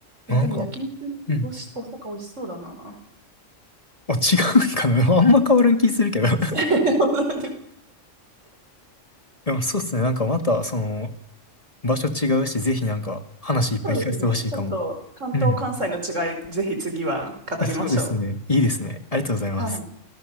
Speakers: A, on the right; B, on the left.
A: や、
B: なんか、
A: でも焼肉おし、
B: うん。
A: 大阪美味しそうだな。
B: あ、違うんかな。<laughs> あんま変わらん気するけど。<laughs>
A: <laughs> 本当だね
B: でもそうっすね。なんかまた、その、場所違うし、ぜひなんか話いっぱい聞かせてほしいかも。
A: そうですね。ちょっと関東、
B: うん。
A: 関西の違い、ぜひ次は語りましょ
B: <laughs> そうですね。いいですね。ありがとうございます。
A: う。はい。